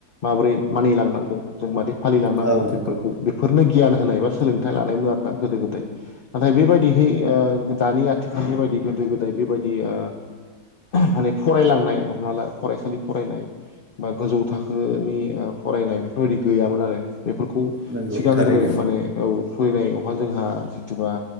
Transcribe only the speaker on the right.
औ नंगौ
नंगौ
थारैनो